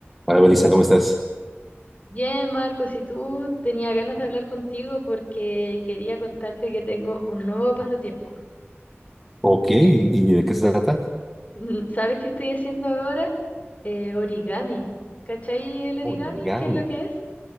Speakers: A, in the centre; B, on the left (about 35°).
A: Hola, Melissa, ¿cómo estás?
B: Bien, Marcos, y tú tenía ganas de hablar contigo porque quería contarte que tengo un nuevo pasatiempo.
A: Ok, ¿y de qué se trata?
B: <laughs> ¿Sabes qué estoy haciendo ahora? Eh, origami. ¿Cachai el origami?
A: Origami.
B: ¿Qué es lo que es?